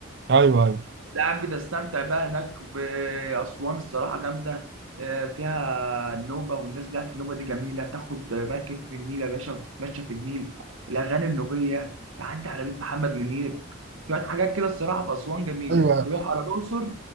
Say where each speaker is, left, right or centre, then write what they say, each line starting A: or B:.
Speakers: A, on the right (about 55°); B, on the right (about 75°).
A: ايوه ايوه
B: لا يا عم بتستمتع بقى هناك بأسوان الصراحة جامدة آه، فيها النوبة والناس بتاعت النوبة دي جميلة تاخد مركب في النيل يا باشا وتتمشى في النيل الأغاني النوبية تعدي على بيت محمد منير شوية حاجات كده الصراحة في أسوان جميلة
A: ايوه
B: تروح على الأقصر